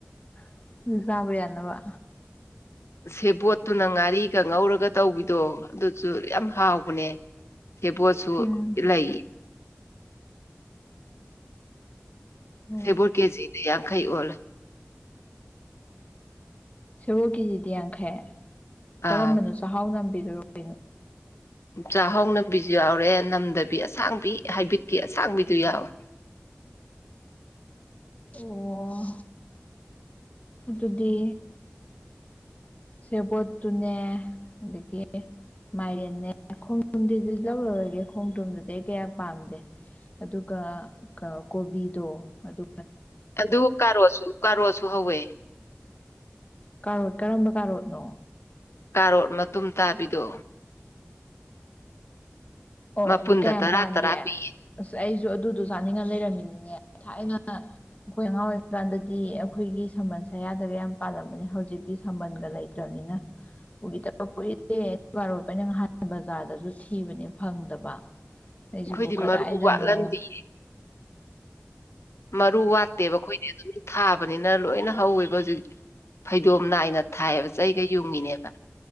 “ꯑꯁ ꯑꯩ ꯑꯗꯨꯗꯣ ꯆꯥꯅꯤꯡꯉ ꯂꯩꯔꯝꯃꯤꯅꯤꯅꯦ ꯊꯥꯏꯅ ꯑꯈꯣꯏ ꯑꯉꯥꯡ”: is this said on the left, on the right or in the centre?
Left